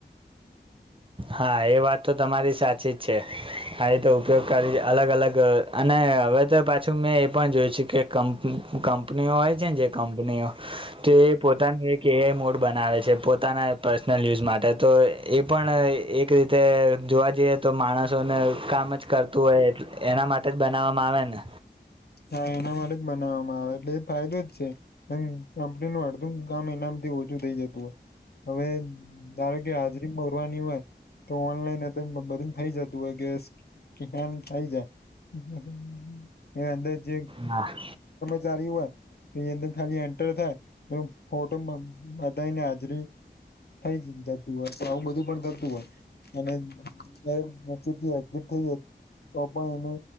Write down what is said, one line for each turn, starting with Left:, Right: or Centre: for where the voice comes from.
Right: હા એ વાત તો તમારી સાચી જ છે આવી રીતે ઉપયોગકારી અલગ અલગ અને હવે તો પાછું મેં એ પણ જોયું છેું કે કં કંપનીઓ હોય છે ને જે કંપનીઓ તે પોતાને એક કે એ મોડ બનાવે છે પોતાના પર્સનલ યુઝ માટે તો એ પણ એક રીતે જોવા જઈએ તો માણસોને કામ જ કરતું હોય એના માટે જ બનાવવામાં આવે ને
Left: હા એના માટે જ બનાવવામાં આવે એટલે એ ફાયદે જ છે. હ કંપની નું અડધું કામ એનામથી ઓછું થઇ જતું હોય હવે ધારો કે હાજરી પૂરવાની હોય તો ઓનલાઈન બધું થઇ જતું હોય કે કે હ્યાલ થાય જાય એ અંદર જે
Right: નાહ
Left: જારી હોય. એ અંદર ખાલી એન્ટર થાય એ ફોટો બતાાય ને હાજરી થઈ જતું હોય તો આવું બધું પણ થતું હોય. અને ચૂટીટ થઈ તોપ ઈને